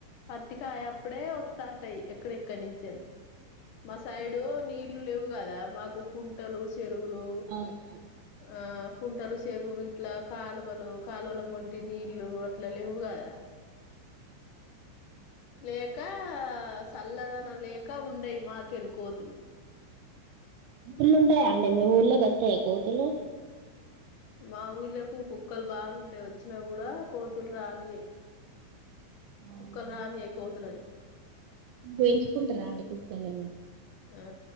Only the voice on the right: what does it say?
అవునా
ఊళ్ళో ఉంటాయా అండి మీ ఊళ్ళోకొత్తయా కోతులు
అవునా
మీరు పెంచుకుంటరా అండి కుక్కలని